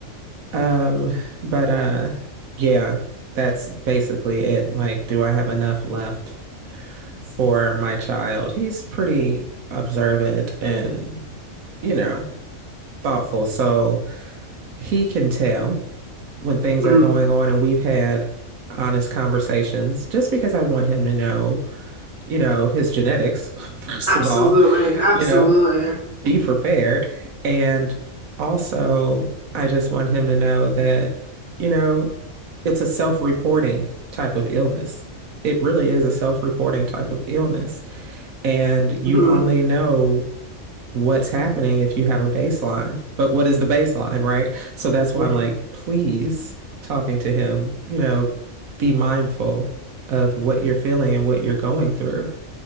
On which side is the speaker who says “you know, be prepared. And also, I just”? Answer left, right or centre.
Right